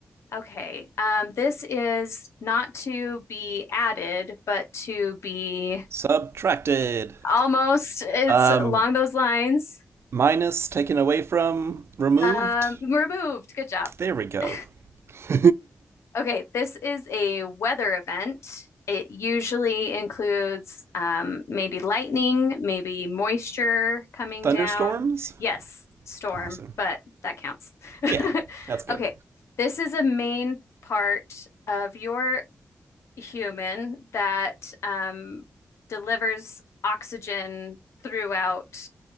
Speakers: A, on the left; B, on the right.
A: Okay. Um, this is not to be added, but to be
B: Subtracted.
A: Almost. It's
B: Um,
A: along those lines.
B: minus taken away from removed.
A: Um, removed. Good job. <laughs>
B: There we go. <laughs>
A: Okay, this is a weather event. It usually includes um, maybe lightning, maybe moisture coming
B: Thunderstorms.
A: down. Yes, storm,
B: Awesome.
A: but that counts. <laughs>
B: Yeah, that's good.
A: Okay, this is a main part of your human that um, delivers oxygen throughout